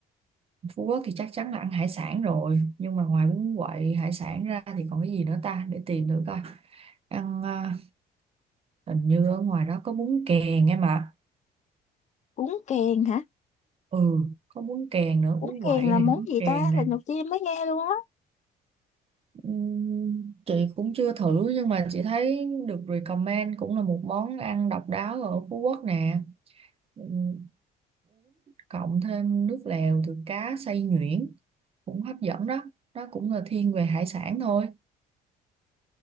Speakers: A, on the right; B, on the left.
A: Phú Quốc thì chắc chắn là ăn hải sản rồi nhưng mà ngoài bún quậy hải sản ra thì còn cái gì nữa ta để tìm được coi ăn à, hình như ở ngoài đó có bún kèn em ạ
B: Bún kèn hả?
A: ừ có bún kèn nữa
B: Bún
A: bún
B: kèn
A: quậy
B: là
A: này
B: món
A: bún
B: gì
A: kèn
B: ta?
A: này
B: Lần đầu tiên mới nghe luôn á.
A: Ừm, chị cũng chưa thử nhưng mà chị thấy được recommend cũng là một món ăn độc đáo ở Phú Quốc nè bún cộng thêm nước lèo từ cá xay nhuyễn cũng hấp dẫn đó nó cũng là thiên về hải sản thôi